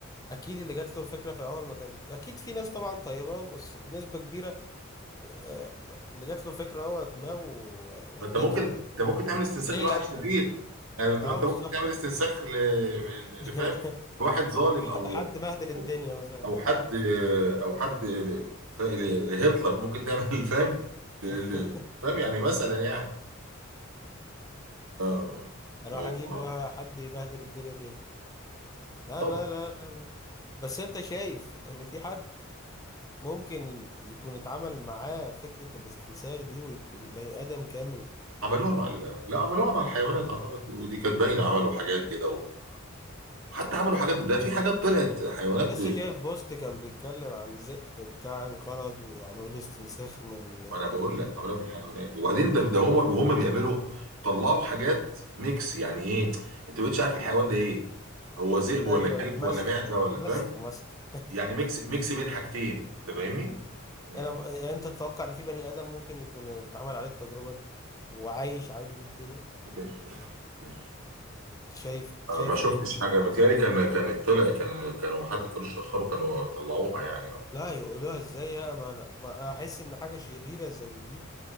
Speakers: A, on the left (about 15°); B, on the right (about 75°).
A: اكيد اللي جات له الفكره في الاول ما كان اكيد في ناس طبعا طيبه بس بنسبه كبيره آه، اللي جات له الفكره هو دماغه ودته
B: ما انت ممكن انت
A: في ال-
B: ممكن
A: <laughs>
B: تعمل استنساخ
A: ليه
B: لواحد
A: لا
B: شرير يعني انت
A: اه
B: ما انت
A: بالظبط
B: ممكن تعمل استنساخ ل... ل-
A: <laughs>
B: لفهم لواحد ظالم
A: لح-
B: او
A: لحد بهدل الدنيا
B: او
A: مثلا
B: او حد او حد ل... ف- ل- لهتلر ممكن تعمل <laughs> فاهم ل...
A: <laughs>
B: ل- فاهم يعني مثلا يعني آه،
A: اروح
B: موضوع
A: اجيب واحد يبهدل الدنيا تاني لا
B: طب
A: لا لا لا بس انت شايف ان في حد ممكن يكون اتعمل معاه فكرة الاستنساخ دي ويكون بني آدم كامل
B: عملوها مع ال... لا عملوها مع الحيوانات اعتقد ودي كانت باينه عملوا حاجات كده وحتى عملوا حاجات ده في حاجات طلعت حيوانات
A: لسه شايف بوست كان بيتكلم عن ذئب بتاع انقرض وعملوا له استنساخ من
B: ما انا بقول لك عاملها في الحيوانات وبعدين ده ده هما وهما بيعملوا طلعوا حاجات ميكس يعني ايه انت ما بقتش عارف الحيوان ده ايه هو ذئب ولا
A: ايوه
B: كلب
A: ايوه مسخ
B: ولا معزه ولا
A: مسخ
B: فاهم
A: مسخ
B: يعني ميكس ميكس بين حاجتين انت فاهمني؟
A: <laughs>
B: امم
A: انا ب... يعني انت تتوقع ان في بني آدم ممكن يكون اتعمل عليه التجربة دي وعايش عادي في الدنيا
B: كرش كرش
A: شايف
B: آه،
A: شايف
B: ما شفتش
A: ان ممكن
B: حاجه متهيألي كان كانت طلع كان كانوا حد كانوش تاخروا كانوا طلعوها يعني أهو.
A: لا يقولوها ازاي يا ما انا ما أنا احس ان حاجة شريرة زي دي